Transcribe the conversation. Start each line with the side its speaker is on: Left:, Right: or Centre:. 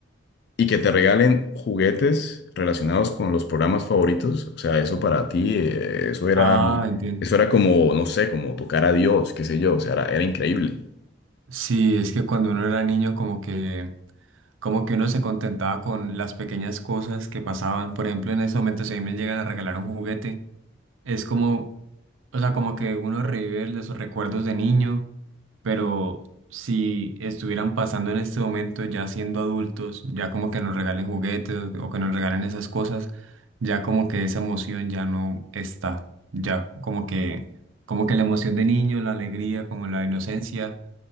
Left: y que te regalen juguetes relacionados con los programas favoritos. O sea, eso para ti, eh, eso era,
Right: Ah,
Left: Mm.
Right: entiendo.
Left: eso era como, no sé, como tocar a Dios, qué sé yo, o sea, era, era increíble.
Right: Sí, es que cuando uno era niño como que como que uno se contentaba con las pequeñas cosas que pasaban. Por ejemplo, en ese momento si a mí me llegan a regalar un juguete, Es como, o sea, como que uno revive los recuerdos de niño, pero si estuvieran pasando en este momento ya siendo adultos, ya como que nos regalen juguetes o que nos regalen esas cosas, ya como que esa emoción ya no está, ya como que, como que la emoción de niño, la alegría, como la inocencia.